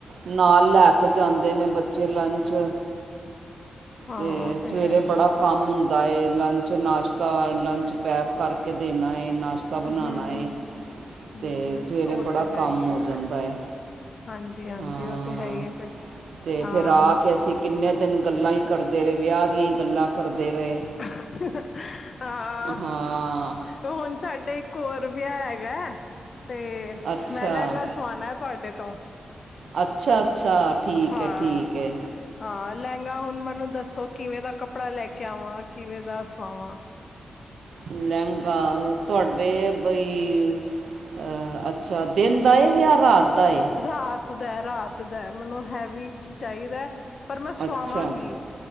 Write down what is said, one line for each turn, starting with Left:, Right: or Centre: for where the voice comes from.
Right: ਨਾਲ ਲੈ ਕੇ ਜਾਂਦੇ ਨੇ ਬੱਚੇ ਲੰਚ
Left: ਹਾਂ
Right: ਤੇ
Left: ਉਹ
Right: ਸਵੇਰੇ
Left: ਹੈ ਹੀ
Right: ਬੜਾ
Left: ਹੈ ਫਿਰ
Right: ਕੰਮ ਹੁੰਦਾ ਲੰਚ ਨਾਸ਼ਤਾ ਲੰਚ ਪੈਕ ਕਰਕੇ ਦੇਣਾ। ਹੈ ਨਾਸ਼ਤਾ ਬਣਾਉਣਾ
Left: ਹੂੰ
Right: ਹੈ
Left: ਹੂੰ
Right: ਅਤੇ
Left: ਹੂੰ,
Right: ਸਵੇਰੇ
Left: ਉਹ
Right: ਬੜਾ
Left: ਤਾਂ ਹੈ
Right: ਕੰਮ
Left: ਹੀ
Right: ਹੋ
Left: ਆ
Right: ਜਾਂਦਾ
Left: ਫੇਰ
Right: ਹੈ
Left: ਹਾਂਜੀ, ਜੀ ਹਾਂਜੀ
Right: ਹਾਂ
Left: ਉਹ ਤੇ ਹੈ ਹੀ ਹੈ ਫਿਰ
Right: ਅਤੇ
Left: ਹਮ
Right: ਫਿਰ ਆ ਕੇ ਅਸੀਂ ਕਿੰਨੇ ਦਿਨ ਗੱਲਾਂ ਹੀ ਕਰਦੇ ਰਹੇ ਵਿਆਹ ਦੀਆਂ ਹੀ ਗੱਲਾਂ ਕਰਦੇ ਰਹੇ
Left: ਹ-ਹ ਹਾਂ
Right: ਹਾਂ
Left: ਹੁਣ ਸਾਡ ਇੱਕ ਹੋਰ ਵਿਆਹ ਹੈਗੈ ਤੇ
Right: ਅੱਛਾ
Left: ਮੈਂ ਲਹਿੰਗਾ ਸਵਾਣੈ ਤੁਹਾਡੇ ਤੋਂ
Right: ਅੱਛਾ ਅੱਛਾ ਠੀਕ
Left: ਹਾਂ
Right: ਹੈ ਠੀਕ ਹੈ
Left: ਹਾਂ ਲਹਿੰਗਾ ਹੁਣ ਮੈਨੂੰ ਦੱਸੋ ਕਿਵੇਂ ਦਾ ਕੱਪੜਾ ਲੈ ਕੇ ਆਵਾਂ ਕਿਵੇਂ ਦਾ ਸਵਾਵਾਂ
Right: ਲਹਿੰਗਾ ਤੁਹਾਡੇ ਬਈ ਅਹ ਅੱਛਾ ਦਿਨ ਦਾ ਵਿਆਹ ਰਾਤ ਦਾ ਏ
Left: ਰਾਤ ਦਾ ਰਾਤ ਦੈ ਮੈਨੂੰ ਹੈਵੀ ਚ ਚਾਹੀਦੈ ਪਰ ਮੈਂ ਸੁਆਵਾਂਗੀ
Right: ਅੱਛਾ